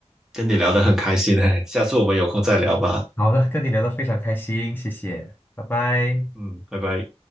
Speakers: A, in the centre; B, on the left.
A: 跟你聊得很开心诶，下次我们有空再聊吧，
B: 好的，跟你聊的非常开心，谢谢，拜拜。
A: 嗯，拜拜。